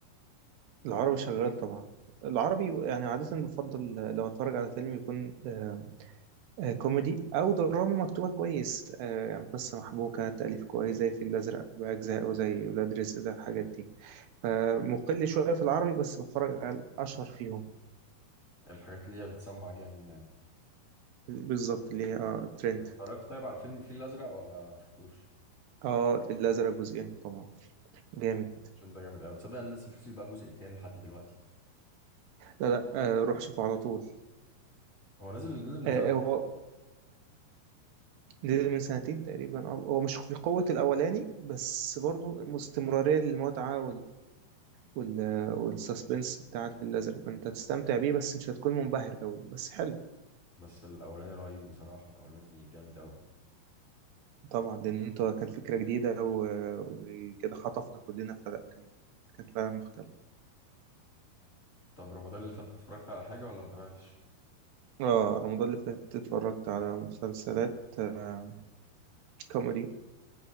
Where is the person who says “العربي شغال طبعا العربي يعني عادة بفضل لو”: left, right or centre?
Right